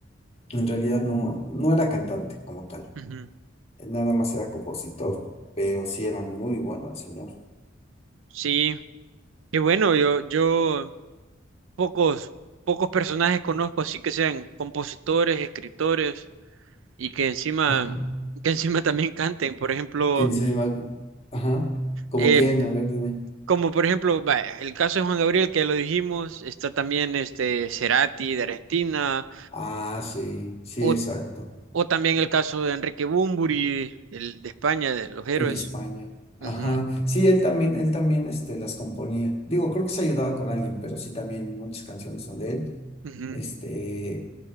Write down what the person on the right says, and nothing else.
Ujú.
Sí, y bueno, yo, yo pocos, pocos personajes conozco así que sean compositores, escritores y que encima,
que encima también canten. Por ejemplo,
eh,
como por ejemplo, vaya, el caso de Juan Gabriel, que ya lo dijimos, está también este Cerati de Argentina,
o,
o también el caso de Enrique Bunbury, el de España, de los héroes.
Ujú,
ujú.